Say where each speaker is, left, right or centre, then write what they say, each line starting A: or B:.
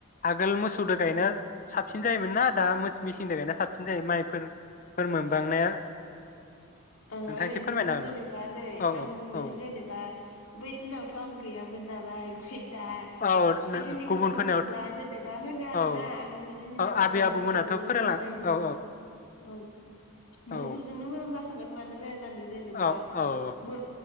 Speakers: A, on the left (about 35°); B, on the left (about 70°).
A: आगोल मोसौदो गायनाया साबसिन जायोमोन ना दा मोस मिसिनदो गायनाया साबसिन जायो माइफोरफोर फोर मोनबांनाया?
B: ओ
A: नोंथाङा
B: ओरैनोथ'
A: एसे फोरमायनो
B: जेनेबा नै
A: हागोन
B: आं
A: नामा?
B: बुंनोसै
A: औ
B: जेनेबा बै दिनावथ' आं गैया मोन नालाय ओमफाय दा
A: औ औ
B: बे दिननिखौथ'
A: औ गुबुनफोरनियावथ'
B: आं मिथिला जेनेबा होनो आरोना
A: औ
B: आगोलनि दिननि
A: औ
B: मानसिफोरा
A: आबै आबौमोनाथ'
B: मोसौजोंनो
A: फोरोंलां
B: मोजां जायोमोन
A: औ
B: ना, औ मोसौजोंनो
A: औ
B: मोजां जाखा गोन मानो जया जा जानो जेनेबा
A: औ औ
B: मो